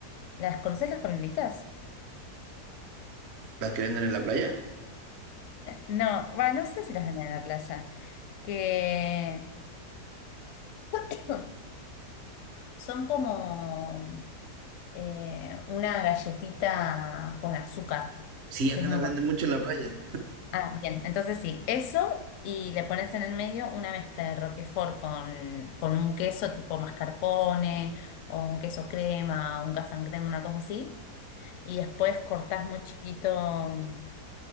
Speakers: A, on the left; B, on the right.
A: ¿Las conoces las palmitas?
B: Las que venden en la playa.
A: No, va, no sé si las venden en la playa. Que <coughs> son como eh, una galletita con azúcar,
B: Sí, acá
A: que es muy
B: las venden
A: buena.
B: mucho en la playa.
A: Ah, bien, entonces sí, eso y le pones en el medio una mezcla de Roquefort con, con un queso tipo mascarpone o un queso crema, un casan crema, una cosa así. Y después cortás muy chiquito